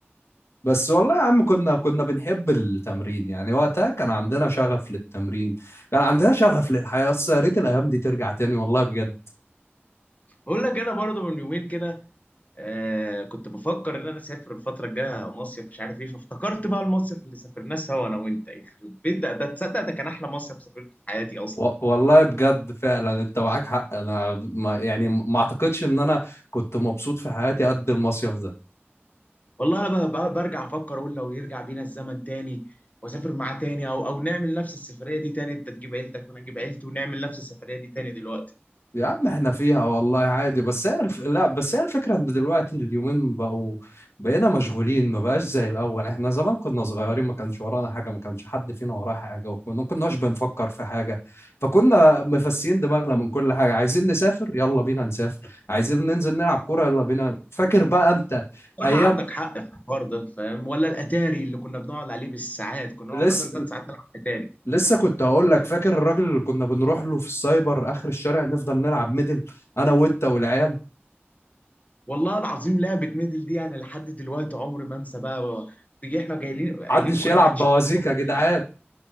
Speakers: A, on the left; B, on the left.
A: بس والله يا عم كنا كنا بنحب التمرين يعني وقتها كان عندنا شغف للتمرين كان عندنا شغف للحياة بس يا ريت الايام دي ترجع تاني والله بجد
B: بقول لك انا برضه من يومين كده آه كنت بفكر ان انا اسافر الفتره الجايه مصيف مش عارف ايه فافتكرت بقى المصيف اللي سافرناه سوا انا وانت يخرب بيت ده ده تصدق ده كان احلى مصيف سافرته في حياتي اصلا
A: و- والله بجد فعلا انت معاك حق انا ما يعني ما اعتقدش ان انا كنت مبسوط في حياتي قد المصيف ده
B: والله انا بقى, بقى برجع افكر اقول لو يرجع بينا الزمن تاني واسافر معاه تاني او او نعمل نفس السفريه دي تاني انت تجيب عيلتك وانا اجيب عيلتي ونعمل نفس السفريه دي تاني دلوقتي
A: يا عم احنا فيها والله عادي بس هي الف... لا بس هي الفكره ان دلوقتي اليومين بقوا بقينا مشغولين ما بقاش زي الاول احنا زمان كنا صغيرين ما كانش ورانا حاجه ما كانش حد فينا وراه حاجه وكنا ما كناش بنفكر في حاجه فكنا مفسيين دماغنا من كل حاجه عايزين نسافر يلا بينا نسافر عايزين ننزل نلعب كوره يلا بينا فاكر بقى انت
B: صراحه
A: ايام
B: عندك حق في الحوار ده فاهم ولا الاتاري اللي كنا بنقعد عليه بالساعات كنا
A: لسه
B: نقعد مثلا ثلاث ساعات نلعب اتاري
A: لسه كنت هقول لك فاكر الراجل اللي كنا بنروح له في السايبر اخر الشارع نفضل نلعب ميدل انا وانت والعيال
B: والله العظيم لعبة ميدل دي انا لحد دلوقتي عمري ما انسى بقى تيجي احنا جايين قايلين
A: محدش
B: كلها
A: يلعب
B: محدش
A: بوازيك
B: ينسى هو
A: يا جدعان
B: تيجي